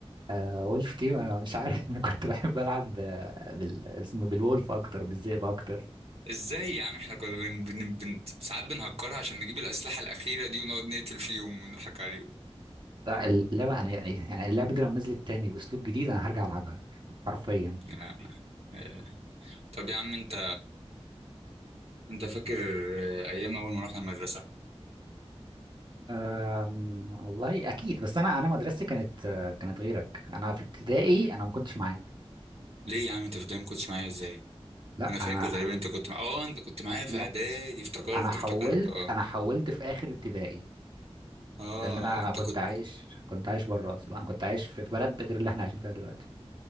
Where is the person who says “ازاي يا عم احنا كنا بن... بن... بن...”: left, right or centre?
Right